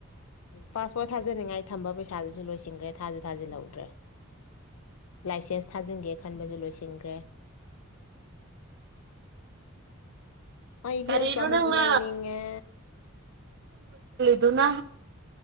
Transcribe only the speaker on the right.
ꯀꯔꯤꯅꯣ
ꯅꯪꯅ
ꯑꯗꯨꯅ